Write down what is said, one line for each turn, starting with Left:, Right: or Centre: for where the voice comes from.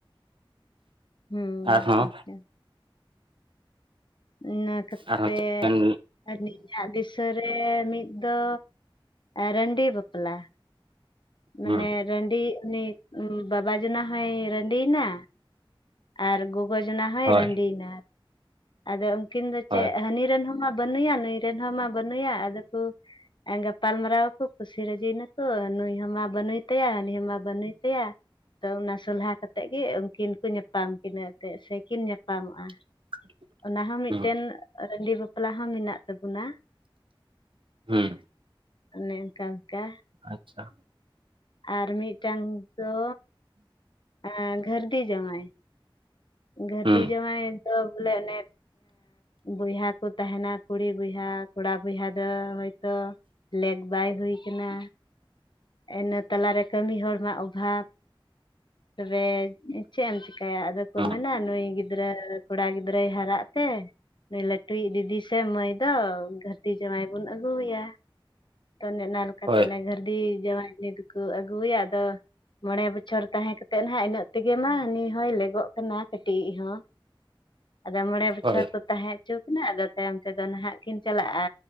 Left: ᱦᱮᱸ
Right: ᱟᱨᱦᱚᱸ
Left: ᱚᱱᱠᱟ ᱤᱱᱟᱹ ᱠᱟᱛᱮᱜ
Right: ᱟᱨᱦᱚᱸ ᱦᱮᱸ
Left: ᱟᱹᱞᱤᱧᱟᱜ ᱫᱤᱥᱟᱹ ᱨᱮ ᱢᱤᱫ ᱫᱚ ᱨᱟᱺᱰᱤ ᱵᱟᱯᱞᱟ ᱢᱟᱱᱮ
Right: ᱦᱮᱸ
Left: ᱨᱟᱺᱰᱤ ᱩᱱᱤ ᱵᱟᱵᱟ ᱡᱚᱱᱟ ᱦᱚᱭ ᱨᱟᱺᱰᱤᱭᱮᱱᱟ ᱟᱨ ᱜᱚ ᱜᱚ ᱡᱚᱱᱟ ᱦᱚᱸᱭ
Right: ᱦᱳᱭ
Left: ᱨᱟᱺᱰᱤᱭᱮᱱᱟ ᱟᱫᱚ ᱩᱱᱠᱤᱱ ᱫᱚ
Right: ᱦᱳᱭ
Left: ᱪᱮᱫ ᱦᱟᱹᱱᱤ ᱨᱮᱱ ᱦᱚᱸ ᱢᱟ ᱵᱟᱹᱱᱩᱭᱟ ᱱᱩᱭᱨᱮᱱ ᱦᱚᱸ ᱢᱟ ᱵᱟᱹᱱᱩᱭᱟ ᱟᱫᱚ ᱠᱚ ᱜᱟᱯᱟᱞ ᱢᱟᱨᱟᱣ ᱠᱚ ᱠᱩᱥᱤ ᱨᱟᱡᱤ ᱱᱟᱠᱚ ᱱᱩᱭᱼᱼ ᱱᱩᱭ ᱦᱚ ᱢᱟ ᱵᱟᱱᱩᱭ ᱛᱟᱭᱟ ᱦᱟᱱᱤ ᱦᱚ ᱢᱟ ᱵᱥᱱᱩᱭ ᱛᱟᱭᱟ ᱛᱚ ᱚᱱᱟ ᱥᱚᱞᱦᱟ ᱠᱟᱛᱮᱜ ᱜᱮ ᱩᱱᱠᱤᱱ ᱠᱚ ᱧᱟᱯᱟᱢ ᱠᱤᱱᱟᱹ ᱥᱮ ᱥᱮ ᱠᱤᱱ ᱧᱟᱯᱟᱢᱚᱜᱼᱟ
Right: <inaudible>
Left: ᱚᱱᱟ ᱦᱚᱸ ᱢᱤᱫᱴᱮᱱ
Right: ᱦᱩᱸ
Left: ᱨᱟᱺᱰᱤ ᱵᱟᱯᱞᱟ ᱦᱚᱸ ᱢᱮᱱᱟᱜ ᱛᱟᱵᱚᱱᱟ
Right: ᱦᱩᱸ
Left: ᱚᱱᱮ ᱚᱱᱠᱟ ᱞᱮᱠᱟ
Right: ᱟᱪᱪᱷᱟ
Left: ᱟᱨ ᱢᱤᱫᱴᱟᱝ ᱫᱚ ᱮᱻ ᱜᱷᱟᱹᱨᱫᱤ ᱡᱟᱶᱟᱭ ᱜᱷᱟᱹᱨᱫᱤ
Right: ᱦᱩᱸ
Left: ᱡᱟᱶᱟᱭ ᱮᱱᱼᱼ ᱫᱚ ᱵᱚᱞᱮ ᱱᱮ ᱵᱚᱭᱦᱟ ᱠᱚ ᱛᱟᱦᱮᱱᱟ ᱠᱩᱲᱤ ᱵᱚᱭᱦᱟ ᱠᱚᱲᱟ ᱵᱚᱭᱦᱟ ᱫᱚ ᱦᱚᱭᱛᱚ ᱞᱮᱠ ᱵᱟᱭ ᱦᱩᱭ ᱠᱟᱱᱟ ᱤᱱᱟᱹ ᱛᱟᱞᱟᱨᱮ ᱠᱟᱹᱢᱤ ᱦᱚᱲ ᱢᱟ ᱚᱵᱷᱟᱵᱽ ᱨᱮ ᱪᱮᱫ ᱮᱢ ᱪᱤᱠᱟᱹ ᱦᱮᱸ ᱟᱫᱚ ᱠᱚ
Right: ᱦᱩᱸ
Left: ᱢᱮᱱᱟ ᱱᱩᱭ ᱜᱤᱫᱽ ᱜᱤᱫᱽᱨᱟᱹ ᱠᱚᱲᱟ ᱜᱤᱫᱽᱨᱟᱹᱭ ᱦᱟᱨᱟᱜ ᱛᱮ ᱱᱩᱭ ᱞᱟᱹᱴᱩᱭᱤᱡ ᱫᱤᱫᱤ ᱥᱮ ᱢᱟᱹᱭᱼᱼ ᱫᱚ ᱜᱷᱟᱹᱫᱽᱫᱤ ᱡᱟᱶᱟᱭ ᱵᱚᱱ ᱟᱹᱜᱩᱣᱟᱭᱟ ᱛᱚ ᱱᱮᱰᱟ ᱞᱮᱠᱟᱛᱮ
Right: ᱦᱳᱭ
Left: ᱜᱷᱟᱹᱨᱫᱤ ᱡᱟᱶᱟᱭ ᱩᱱᱤ ᱫᱚᱠᱚ ᱟᱹᱜᱩᱣᱟᱭᱟ ᱟᱫᱚ ᱢᱚᱬᱮ ᱵᱚᱪᱷᱚᱨ ᱛᱟᱦᱮᱸ ᱠᱟᱛᱮᱫ ᱦᱟᱸᱜ ᱤᱱᱟᱹᱜ ᱛᱮᱜᱮ ᱢᱟ ᱩᱱᱤ ᱦᱚᱭ ᱞᱮᱜᱚᱜ ᱠᱟᱱᱟ ᱠᱟᱹᱴᱤ-ᱤᱜ ᱦᱚᱸ ᱟᱫᱚ ᱢᱚᱬᱮ ᱵᱚᱪᱷᱚᱨ
Right: ᱦᱳᱭ
Left: ᱠᱚ ᱛᱟᱦᱮᱸ ᱦᱚᱪᱚ ᱟᱹᱠᱤᱱᱟ ᱟᱫᱚ ᱛᱟᱭᱚᱢ ᱛᱮᱫᱚ ᱱᱟᱦᱟᱜ ᱠᱤᱱ ᱪᱟᱞᱟᱜᱼᱟ